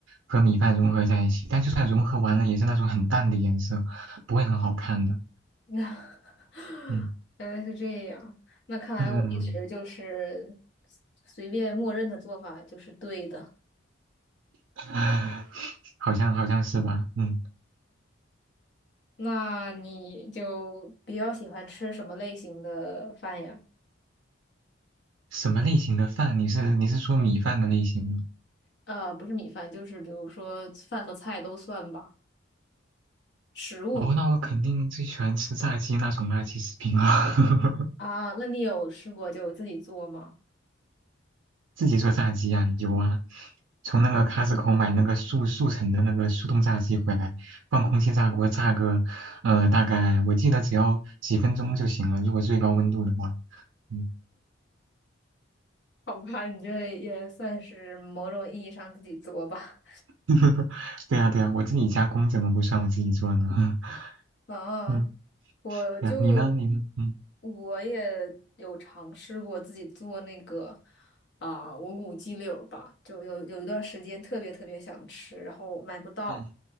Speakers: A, on the right; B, on the left.
A: 和米饭融合在一起。但就算融合完了，也是那种很淡的颜色，不会很好看的。
B: <laughs>
A: 嗯
B: 原来是这样，那看来我一直就是
A: 嗯，
B: 随便默认的做法就是对的。
A: <laughs> 好像好像是吧？嗯，
B: 那你就比较喜欢吃什么类型的饭呀？
A: 什么类型的饭？你是你是说米饭的类型吗？
B: 呃，不是米饭，就是比如说饭和菜都算吧。食物，
A: 哦，那我肯定最喜欢吃炸鸡那种垃圾食品了。<laughs>
B: 啊，那你有试过就自己做吗？
A: 自己做炸鸡啊，有啊，从那个 c o 口买那个速速成的那个速冻炸鸡回来，放空气炸锅炸个，呃，大概我记得只要几分钟就行了，如果最高温度的话。嗯，
B: 好吧，你这也算是某种意义上自己做吧。
A: <laughs> 对呀对呀，我自己加工怎么不算我自己做呢？<laughs>
B: 啊，
A: 嗯，
B: 我就
A: 对呀，你呢？你呢？嗯
B: 我也有尝试过自己做那个啊、无骨鸡柳儿吧，就有有一段时间特别特别想吃，然后买不到，
A: 嗯